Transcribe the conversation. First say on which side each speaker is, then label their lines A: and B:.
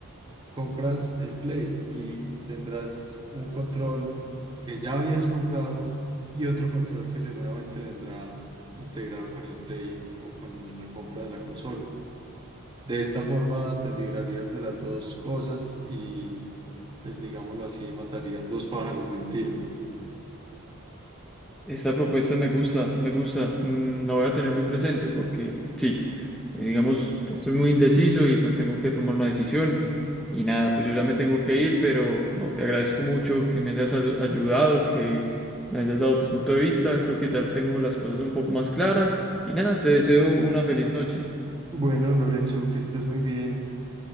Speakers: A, on the right; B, in the centre.
A: compras el Play y tendrás un control que ya habías comprado y otro control que seguramente vendrá integrado con el Play o con la compra de la consola. De esta forma te librarías de las dos cosas y, pues digámoslo así, matarías dos pájaros de un tiro.
B: Esta propuesta me gusta, me gusta, mm, la voy a tener muy presente porque sí, eh, digamos, estoy muy indeciso y pues tengo que tomar una decisión y nada, pues yo ya me tengo que ir, pero no, te agradezco mucho que me hayas ayu- ayudado, que me hayas dado tu punto de vista, creo que ya tengo las cosas un poco más claras y nada, te deseo una feliz noche.
A: Bueno, Lorenzo, que estés muy bien.